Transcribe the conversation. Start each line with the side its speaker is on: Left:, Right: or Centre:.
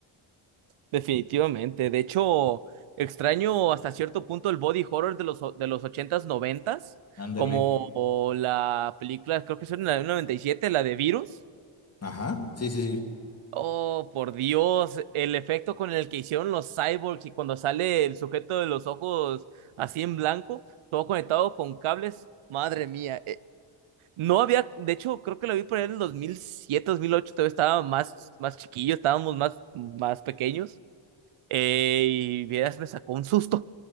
Right: Definitivamente. De hecho, extraño hasta cierto punto el body horror de los, o- de los ochentas noventas
Left: Ándale.
Right: como o la película, creo que es en la del 97 la de Virus.
Left: Ajá, sí, sí, sí.
Right: Oh, por Dios, el efecto con el que hicieron los cyborgs y cuando sale el sujeto de los ojos así en blanco, todo conectado con cables. Madre mía. eh, no había, de hecho, creo que la vi por ahí en el 2007, 2008 todavía estaba más, más chiquillo, estábamos más, más pequeños. Eh, y vieras, me sacó un susto.